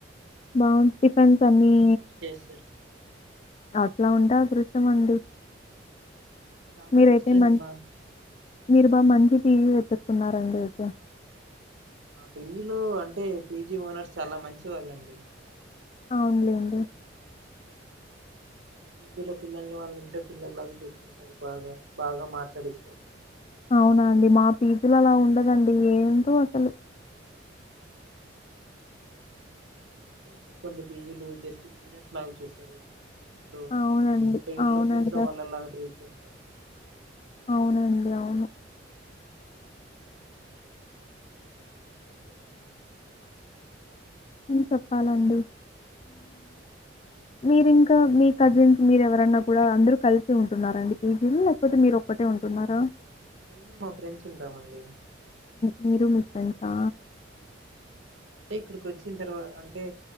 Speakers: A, on the left; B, on the right.
A: బాగుంది టిఫెన్స్ అన్ని
B: చేస్తారు
A: అట్లా ఉంటే అదృష్టమండి
B: చాలా
A: మీరైతే
B: బెస్ట్ అండి
A: మన్
B: మా
A: మీరు బా మంచి టీవీ వెతుకున్నారండి ఇక
B: మా పిజలో అంటే పీజీ ఓనర్స్ చాలా మంచి వాళ్ళండి
A: ఆ ఉందిడి
B: పీజీల పిల్లల్ని వాళ్ళు ఇంట పిల్లల్లాగా చూసుకుంటారు బాగా బాగా మాట్లాడిస్తారు
A: అవున అండి మా పీజులు అలా ఉండదండి ఏంటో అసలు
B: అేే కొన్ని పీజీలు జస్ట్ బిజినెస్ లాగా చూస్తారు కొన్ని జ
A: అవునండి.
B: అంటే ఇ
A: అవునండి.
B: ఇంట్లో వాళ్ళలా ట్రీట్ చేస్తారు సరడి
A: అవునండి అవును
B: అ
A: చెప్పాలండి మీరింకా మీ కజిన్స్ మీరు ఎవరన్నా కూడా అందరు కలిసి ఉంటున్నారండి కేజీలు లేకపోతే మీరు ఒక్కటే ఉంటున్నారా
B: నేను మా ఫ్రెండ్స్ ఉంటామండి
A: మీరు మిచ్చంతా
B: అంటే ఇక్కడికి వచ్చిన తర్వాత అంటే